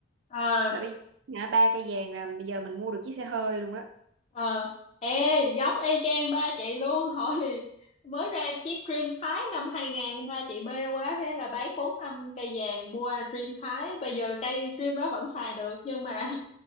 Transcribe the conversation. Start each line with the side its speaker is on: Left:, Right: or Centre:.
Left: ờ.
Right: mà bây giờ hả ba cây vàng là bây giờ mình mua được chiếc xe hơi luôn đó
Left: ờ ê giống y chang ba chị luôn <laughs> hồi mới ra chiếc Dream Thái năm 2000 ba chị mê quá thế là bán bốn năm cây vàng mua Dream Thái bây giờ cây Dream đó vẫn xài được nhưng mà <laughs>